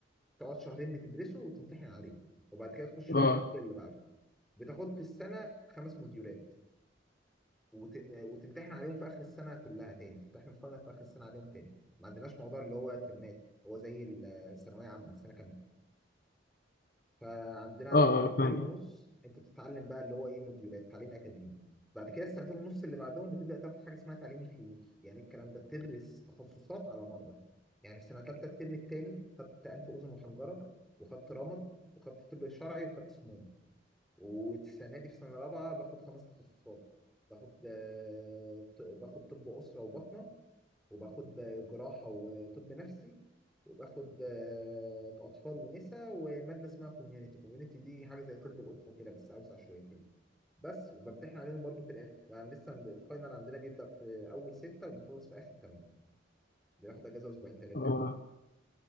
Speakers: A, in the centre; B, on the left.
A: تقعد شهرين بتدرسه وتمتحن عليه وبعد كده تخش في
B: اه
A: الموديول اللي بعده بتاخد في السنه خمس موديولات وت- وتمتحن عليهم في اخر السنه كلها تاني تمتحن الفاينل في اخر السنه عليهم تاني ما عندناش موضوع اللي هو ترمات هو زي الثانويه عامه السنه كامله فعندنا
B: اه
A: اول
B: اه
A: سنتين
B: فاهم
A: ونص انت بتتعلم بقى اللي هو ايه موديولات تعليم اكاديمي بعد كده السنتين ونص اللي بعدهم بتبدا تاخد حاجه اسمها تعليم كلينيكي يعني الكلام ده بتدرس تخصصات على مرضى يعني في سنه ثالثه الترم الثاني خدت انف اذن وحنجره وخدت رمد وخدت طب شرعي وخدت سموم والسنه دي في سنه رابعه باخد خمس تخصصات باخد آه، ط- باخد طب اسره وبطنه وباخد جراحة وطب نفسي وباخد آه، أطفال ونساء ومادة اسمها كوميونيتي كوميونيتي دي حاجة زي طب الأسرة كده بس أوسع شويتين بس وبمتحن عليهم برضو في الآخر يعني لسه الفاينل عندنا بيبدأ في أول ستة وبنخلص في آخر تمانية بناخد أجازة أسبوعين تلاتة
B: اه
A: يعني.